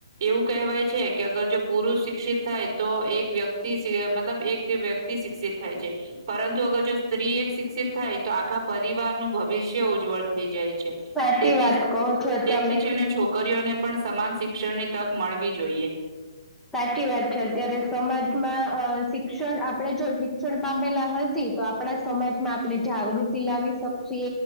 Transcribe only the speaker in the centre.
સાચી
વાત કહો છો
તમે
સાચી વાત છે અત્યારે સમાજમાં અ શિક્ષણ આપડે જો શિક્ષણ પામેલા હશ તો આપણા સમાજમાં આપણે જાગૃતિ લાવી શકશએ